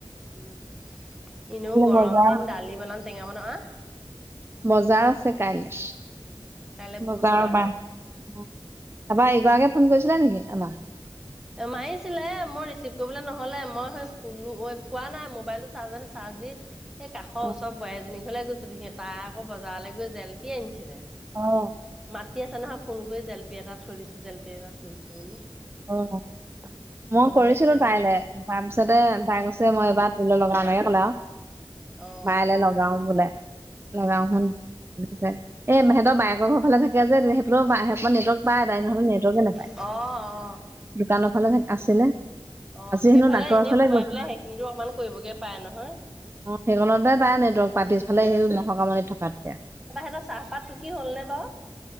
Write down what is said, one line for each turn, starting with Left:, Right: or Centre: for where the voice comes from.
Centre: উম, এনেওঁ গৰম
Right: বজাৰ
Centre: দিন, দালি বনাম টেঙা বনাম আৰু।
Right: বজাৰ আছে কাইলে,
Centre: কাইলে
Right: বজাৰৰ
Centre: বুধবাৰ
Right: বাৰ।
Centre: অ।
Right: আমাৰ এইগৰাকীয়ে ফোন কৰিছিলে নেকি আমাৰ?
Centre: মাৰিছিলে, মই ৰিচিভ কৰিবলৈ নহ'লে, মই সেই শুলো শোৱা নাই মোবাইলটো চাৰ্জত আছিলে। চাৰ্জ দি এই কাষৰ
Right: অ
Centre: ওচৰৰ বোৱাৰী এজনীৰ ঘৰলে গৈছিলোঁ, সিহঁতে আকৌ বজাৰলৈ গৈ জেলপি আনিছিলে।
Right: অঁ।
Centre: মাতি আছে নহয় ফোন কৰি, জেলেপী এটা থৈ দিছোঁ, জেলেপী এটা থৈ দিছোঁ বুলি।
Right: অ' মই
Centre: ফটককে
Right: কৰিছিলোঁ
Centre: খাই
Right: তাইলে।
Centre: মেলি
Right: তাৰ পিছতে তাই কছে, মই এইবাৰ তোলৈ লগাওঁ, তাই এনেকে ক'লে আৰু।
Centre: অ',
Right: বাইলৈ লগাওঁ বোলে, লগাওঁ চোন বুলি কৈছে। এ
Centre: অ',
Right: সেহ'তৰ বায়ে ব ঘৰৰ ফালে থাকে যে, তেতিয়া হেইফালেউ নেতৱৰ্ক পায় তাই, নহলে নেতৱৰ্কে নাপায়।
Centre: অঁ অঁ।
Right: দোকানৰ ফালে আছিলে।
Centre: অ'
Right: আজি
Centre: সেইফালে
Right: হেনো ডাক্তৰৰ
Centre: এনেই
Right: ওচৰলে
Centre: সোমাই
Right: গৈছে
Centre: পেলাই সেইখিনিতো অকমান কৰিবগৈ পাৰে নহয়।
Right: অ' সেইকনতে তাই নেটৱৰ্ক পায়, পিছফালে সেই ম'হকামনিত থকাতকে।
Centre: তা পা সিহঁতৰ চাহপাত টুকি হ'ল নে বাৰু?